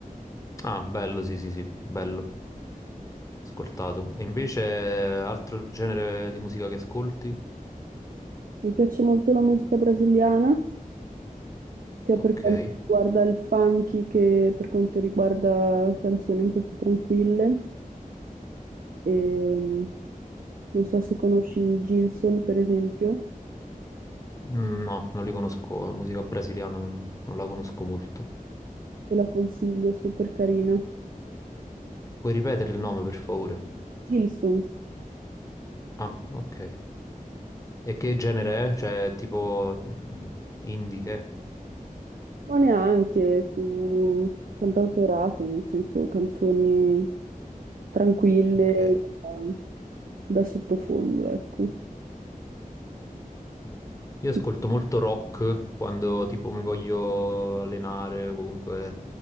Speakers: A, on the left; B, on the right.
A: Ah, bello, sì, sì, sì, bello. Ascoltato. E invece altro genere di musica che ascolti?
B: Mi piace molto la musica brasiliana, sia
A: Ok.
B: per quanto riguarda il funky che per quanto riguarda canzoni un po' più tranquille. E, non so se conosci Gilson, per esempio,
A: Mm, No, non li conosco. eh, Musica brasiliana non, non la conosco molto.
B: te la consiglio, è super carina.
A: Puoi ripetere il nome, per favore?
B: Gilson,
A: Ah, ok. E che genere è? Cioè, tipo mm, indie che? è?
B: Ma neanche più cantautorato, nel senso canzoni tranquille
A: Ok.
B: da, da sottofondo, ecco.
A: Io
B: Ti-
A: ascolto molto rock quando tipo mi voglio allenare, o comunque